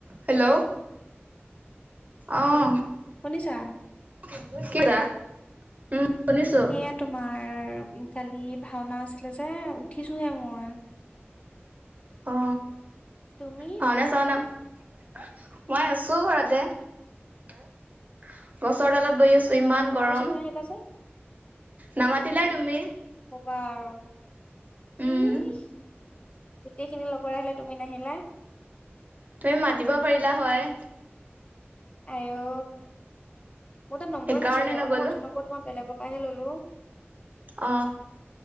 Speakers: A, on the right; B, on the left.
A: <unintelligible> Hello অহ
B: শুনিছা?
A: <unintelligible> উম। শুনিছো
B: সেয়া তোমাৰ। কালি ভাওনা আছিলে যে উঠিছোহে মই।
A: অ,
B: তুমি?
A: ভাওনা চোৱা নাম <unintelligible> <unintelligible> মই আছো ঘৰতে। <unintelligible> গছৰ তলত বহি আছো,
B: অ'
A: ইমান
B: ভাওনা
A: গৰম।
B: চাব নাহিলা যে?
A: নামাতিলাই তুমি।
B: বাৰু।
A: উম
B: ইস গোটেইখিনি লগ <unintelligible> তুমি নাহিলাই।
A: তুমি মাতিব পাৰিলা হয়।
B: আই অ। মোৰ তাত নম্বৰ
A: সেইকাৰণে
B: নাছিলে
A: নগলো
B: অ। মই এইটো নম্বৰ তোমাৰ বেলেগৰ পাই ললোঁ।
A: অ।